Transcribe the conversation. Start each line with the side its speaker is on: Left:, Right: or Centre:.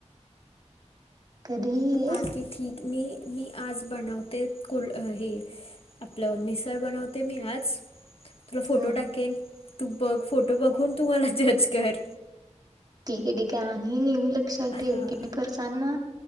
Right: कधीही
Left: बाकी ठीक. मी मी आज बनवते कुल हे आपलं मिसळ बनवत ते मी आज. तुला फोटो
Right: हा
Left: टाकेन, तू बघ फोटो बघून तुम्हाला जज कर.
Right: ठीके ठीके. आणि नेहमी लक्षात
Left: हां
Right: ठेव की फरसानना